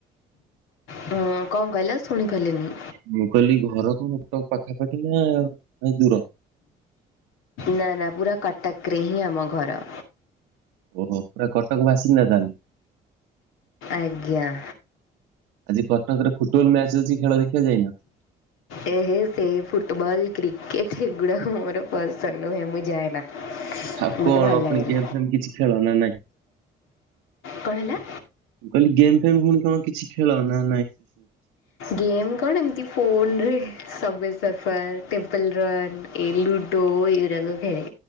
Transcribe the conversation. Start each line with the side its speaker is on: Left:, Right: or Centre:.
Left: ହଁ କଣ କହିଲ ଶୁଣି ପାଇଲିନି?
Right: ମୁଁ କହିଲି ଘର କଟକ୍ ପାଖାପାଖି ନା ନାଁଇ ଦୂର?
Left: ନା ନା ପୁରା କଟକ୍ ରେ ହିଁ ଆମ ଘର।
Right: ଓ ହୋ ପୂରା କଟକ ବାସିନ୍ଦା ତାହେଲେ।
Left: ଆଜ୍ଞା
Right: ଆଜି କଟକରେ ଫୁଟବଲ୍ ମ୍ୟାଚ୍ ଅଛି ଖେଳ ଦେଖିବାକୁ ଯାଇନ?
Left: ଏ ହେ ସେଇ ଫୁଟବଲ୍ କ୍ରିକେଟ୍ ହେଗୁଡ଼ାକ ମୋର ପସନ୍ଦ ନୁହେଁ ମୁଁ ଯାଏନା।
Right: ଆଉ
Left: ମୋତେ
Right: କଣ
Left: ଭଲ ଲାଗେନି।
Right: ପୁଣି ଗେମ୍ ଫେମ୍ କିଛି ଖେଳ ନା ନାଇଁ?
Left: କଣ ହେଲା?
Right: ମୁଁ କହିଲି ଗେମ୍ ଫେମ୍ ପୁଣି ତମେ କିଛି ଖେଳନା?
Left: ଗେମ୍ କଣ ଏମିତି ଫୋନ ରେ ସୱବେ ସର୍ଫର୍ ଟିମ୍ପୋଲ ରନ୍ ଏଇ ଲୁଡୋ ଏଇ ଗୁଡ଼ା ଖେଳେ।